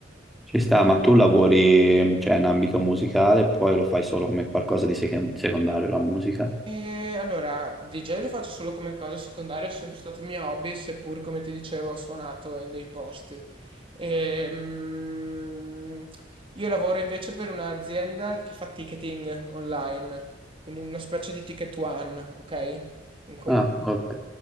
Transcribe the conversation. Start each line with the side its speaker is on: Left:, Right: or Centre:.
Centre: Ci sta, ma tu lavori, cioè, in ambito musicale, poi lo fai solo come qualcosa di sec- secondario la musica?
Right: Eh, allora, DJ lo faccio solo come cosa secondaria, è sempre stato mio hobby, seppur come ti dicevo ho suonato in dei posti. Ehm, io lavoro invece per un'azienda che fa ticketing online, quindi una specie di ticket one, ok? Un comp-
Centre: Ah, ok.